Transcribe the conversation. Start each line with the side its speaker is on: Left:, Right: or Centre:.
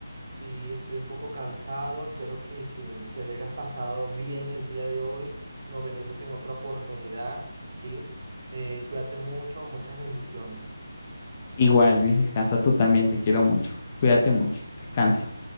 Right: y estoy un poco cansado. Espero que, que, que le hayas pasado bien el día de hoy. Nos veremos en otra oportunidad, ¿sí? Eh, cuídate mucho, muchas bendiciones.
Left: Igual, Luis, descansa tú también, te quiero mucho. Cuídate mucho, descansa.